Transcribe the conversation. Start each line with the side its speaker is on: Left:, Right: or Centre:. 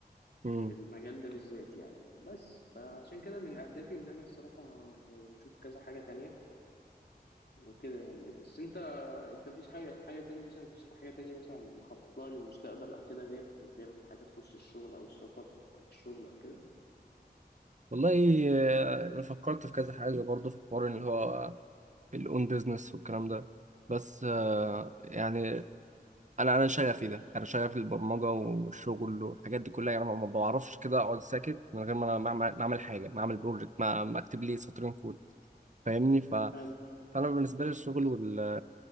Right: مم.
Left: في المجال ده بالذات يعني بس فعشان كده من اهدافي ان انا الصراحة بشوف كذا حاجة تانية وكده يعني بس انت انت مفيش حاجة حاجة تانية مثلا مفيش حاجة تانية مثلا مخطط لها للمستقبل او كده غير غير حاجة تخص الشغل او السفر للشغل او كده
Right: والله آه، أنا فكرت في كذا حاجة برضه في الحوار اللي هو الاون بيزنس والكلام ده بس آه، يعني انا انا شغفي ده انا شغفي البرمجه والشغل والحاجات دي كلها يعني ما ما بعرفش كده اقعد ساكت من غير ما انا ما أعمل ما أعمل حاجه ما اعمل بروجكت ما ما اكتب لي سطرين كود فاهمني ف...
Left: حلو
Right: فانا بالنسبه لي الشغل وال...